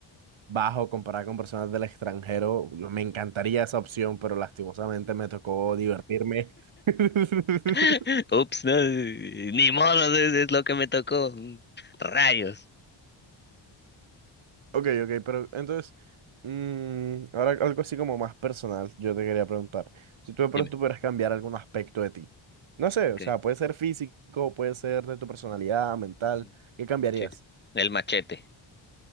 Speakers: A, on the right; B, on the left.
A: bajo comparado con personas del extranjero, yo- me encantaría esa opción, pero lastimosamente me tocó divertirme. <laughs>
B: <laughs> Ups, no, eh, ni modo, es, es lo que me tocó. Mm, Rayos.
A: Ok, ok, pero entonces, mm, ahora algo así como más personal, yo te quería preguntar, si tú de pronto
B: Dime.
A: pudieras cambiar algún aspecto de ti, no sé,
B: Okay.
A: o sea, puede ser físico, puede ser de tu personalidad, mental,
B: ujú,
A: ¿qué cambiarías?
B: Sí. El machete.